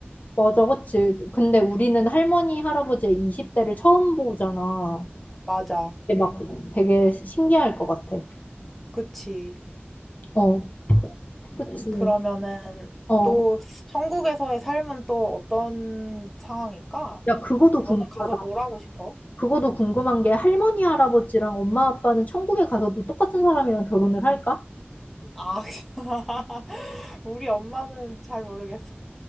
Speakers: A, on the left; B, in the centre.
A: 맞아, 그치. 근데 우리는 할머니, 할아버지의 20대를 처음 보잖아.
B: 맞아.
A: 근데 막 되게 신기할 것 같아.
B: 그치.
A: 어, 그치.
B: 그러면은
A: 어,
B: 또, 천국에서의 삶은 또 어떤 상황일까?
A: 야, 그거도 궁금하다.
B: 너는 가서 뭘 하고 싶어?
A: 그거도 궁금한 게 할머니, 할아버지랑 엄마, 아빠는 천국에 가서도 똑같은 사람이랑 결혼을 할까?
B: 아, <laughs> 우리 엄마는 잘 모르겠어.